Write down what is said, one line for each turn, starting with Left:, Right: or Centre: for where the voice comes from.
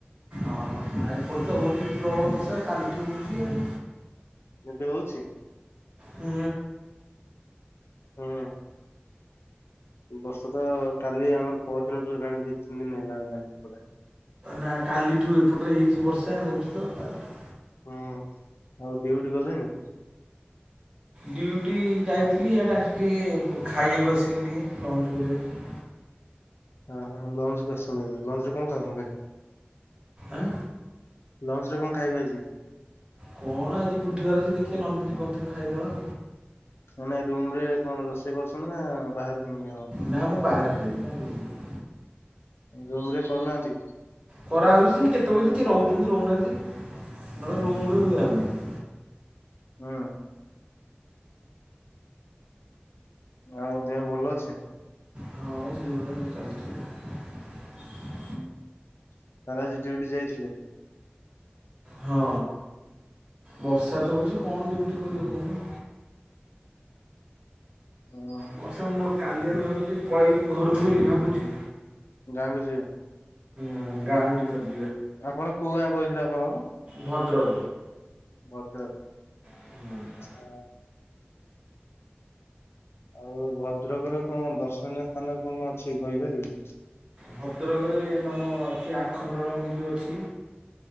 Right: ଓହୋ ଆଉ ଏପଟେ ତ ହଉଛି ପ୍ରବଳ ବର୍ଷା କାଲିଠୁ ହଉଛି ଆଉ।
Left: ଏବେ ହଉଛି?
Right: ହୁଁ।
Left: ହୁଁ। ଏ ବର୍ଷ କ କାଲି ଆମର ପର ଦିନଠୁ ହେଲାଣି ଦି ତିନି ଦିନି ହେଲା ହେଲାଣି ରୋଗଟା।
Right: ନା କାଲିଠୁ ଏପଟରେ ହେଇଛି ବର୍ଷା ହଉଛି ତ କାଲିଠୁ।
Left: ହଁ ଆଉ ଡିଉଟି ଗଲେଣି?
Right: ଡିଉଟି ଯାଇଥିଲି ଇଆଡେ ଆସିକି ବ ଖାଇବାକୁ ଆସିଲି ଟିକେ ଲଞ୍ଚ କରିବାକୁ।
Left: ଓହୋ ଲଞ୍ଚକୁୁ ଆସଛନ୍ତି ଲଞ୍ଚ ରେ କଣ ଖାଉଛନ୍ତି?
Right: ଆଁ?
Left: ଲଞ୍ଚ ରେ କଣ ଖାଇବେ ଆଜି?
Right: କଣ ଆଜି ବୁଧବାର ଅଛି ଦେଖିବା ନନଭେଜ୍ କଣ ଥିବ ଖାଇଦବା।
Left: ନାଇଁ ରୁମ୍ ରେ କଣ ରୋଷେଇ କରୁଛନ୍ତି ନା ବାହାରୁ କିଣିକି ଖାଇ ଦିଅନ୍ତି?
Right: ନା ମୁଁ ବାହାରେ ଖାଇବି ନା ରୁମରେ।
Left: ରୁମ ରେ କରୁ ନାହାଁନ୍ତି?
Right: କରାହଉଛି କେତେବେଳେ କେମିତି କିଏ ରହୁଛନ୍ତି ରହୁନାହାଁନ୍ତି ନହେଲେ ରୁମୁ
Left: ହୁଁ
Right: ହୁଏ ଆମର। ହୁଁ।
Left: ହୁଁ। ଆଉ ଦେହ ଭଲ ଅଛି?
Right: ହଁ ସେଇଭଳିଆ ଚାଲିଚି ଆଉ।
Left: ହୁଁ ତାହାଲେ ଆଜି ଡିଉଟି ଯାଇଥିଲେ?
Right: ହଁ ବର୍ଷା ତ ହେଉଛି କଣ ଡ୍ୟୁଟି କରିବ କହୁନ।
Left: ଓହୋ
Right: ବର୍ଷେ ମୁଣ୍ଡ କାଲିଆଡ଼ୁ ଭାବୁଛି ପଳେଇବି ଘରୁକୁ ବୋଲି ଭାବୁଛି।
Left: ଗାଁ କୁ ଯିବେ?
Right: ଉଁ ଗାଁ କୁ ଟିକଲି।
Left: ଆପଣ କୋଉ ଗାଁ କହୁଥିଲେ ଆପଣଙ୍କର?
Right: ଭଦ୍ରକ।
Left: ଭଦ୍ରକ୍।
Right: ହୁଁ।
Left: ହଁ। ଆଉ ଭଦ୍ରକର କଣ ଦର୍ଶନୀୟ ସ୍ଥାନ କଣ ଅଛି କହିପାରିବୁ?
Right: ଭଦ୍ରକରେ ତମ ଆଛି ଆଖଣ୍ଡଳ ମଣି ଯେଉଁ ଅଛି।